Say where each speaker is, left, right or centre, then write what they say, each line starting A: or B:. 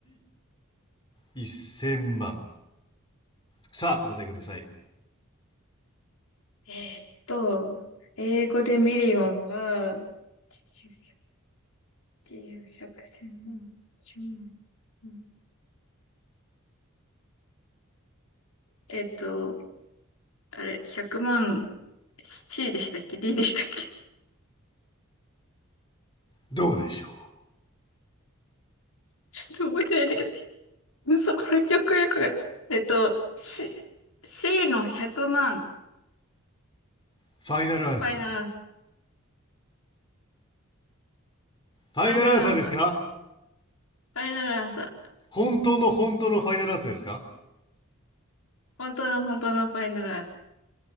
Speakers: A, on the left; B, on the left.
A: D1000 万さあお答えください
B: えーっと、英語でミリオンは、80、100、万、1万。うんえーっと、あれ、100万 C でしたっけ ?D でしたっけ <laughs>
A: どうでしょう
B: ちょっと覚えてないんだけど、うんそこの記憶力が。えーっと、C、C の100万、
A: ファイナルアンサーフ
B: ファイナルアンサー、
A: ァイナルアンサーですか
B: ファイナルアンサー、ファイナルアンサー。
A: 本当の本当のファイナルアンサーですか
B: 本当の本当のファイナルアンサー。